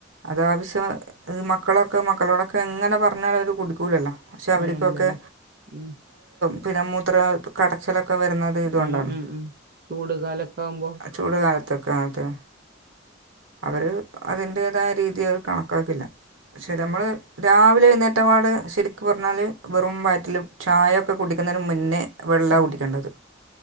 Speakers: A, on the right (about 85°); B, on the right (about 50°).
A: അത് ആവശ്യം മക്കളൊക്കെ മക്കളോടൊക്കെ എങ്ങനെ പറഞാലും അവര് കുടിക്കൂലല്ലോ പക്ഷെ അവർക്കൊക്കെ
B: ആ ഇല്ലല്ലോ ഉം
A: പിന്നെ മൂത്ര കടച്ചിലൊക്കെ വരുന്നത് ഇതുകൊണ്ടാണ്
B: ഉം ഉം ഉം ചൂട് കാലൊക്കെ ആവുമ്പോ
A: ചൂട് കാലത്തൊക്കെ ആഹ് അതെ അവര് അതിന്റെതായ രീതി അവര് കണക്കാക്കില്ല പക്ഷെ
B: ഉം
A: നമ്മള് രാവിലെ എഴുന്നേറ്റപാട് ശരിക്ക് പറഞ്ഞാല് വെറും വയറ്റില് ചായൊക്കെ കുടിക്കുന്നതിന് മുന്നേ വെള്ളാ
B: ഉം
A: കുടിക്കേണ്ടത്